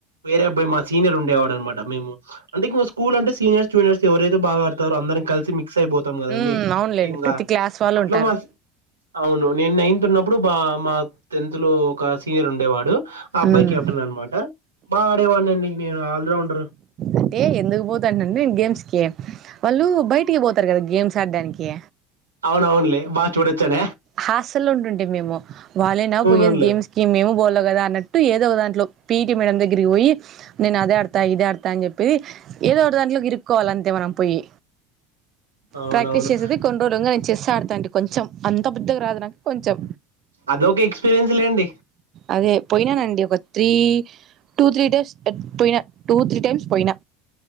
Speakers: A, on the right; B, on the right.
A: వేరే అబ్బాయ్ మా సీనియర్ ఉండేవాడు అనమాట మేము అంటే ఇంగ స్ స్కూల్ అంటే సీనియర్స్ జూనియర్ ఎవరైతే బా ఆడుతారో అదరం కలిసి మీక్స్ అయిపోత్ తం కదండి
B: ఉమ్ అవునులేండి
A: టీమ్గా
B: ప్రతి క్లాస్ వాళ్ళు
A: అట్లా
B: ఉంటారు
A: మా అవును నేను నైన్త్ ఉన్నప్పుడు మా మా టెన్త్ లో ఒక సీనియర్ ఉండేవాడు ఆ అబ్బాయి
B: ఉమ్
A: కెప్టెన్ అనమాట వాడేమన్నాడు నీకు నేను ఆల్రౌండర్
B: అంటే ఎందుకు పోతంటినంటే నేను గేమ్స్ కి వాళ్ళు బయటికి పోతారు కదా గేమ్స్ ఆడ్డానికి
A: అవునవునులే బాగా చూడొచ్చన
B: హాసల్లో ఉండుంటీమి మేము వాళ్ళేనా
A: అవునవునులే.
B: పోయేది గేమ్స్ మేము బోల్ల కదా అన్నట్టు ఏదో ఒక దాంట్లో పిఇటీ మేడం దగ్గరికి పోయి నేను అది ఆడుతా ఇద ఆడుతా అని చెప్పి ఏదో ఒక దాంట్లోకి ఇరుక్కోవాల అంతే మనం పోయి
A: అవునవును
B: ప్రాక్టీస్ చేసేది కొన్ని రోజులు నేను చెస్ ఆడతా అండి కొంచెం అంత పెద్దగా రాదు నాకు కొంచెం
A: అదొక ఎక్స్పీరియన్స్ లేండి.
B: అదే పోయినానండి ఒక త్రీ టూ త్రీ టైమ్స్ పోయిన టూ త్రీ టైమ్స్ పోయినా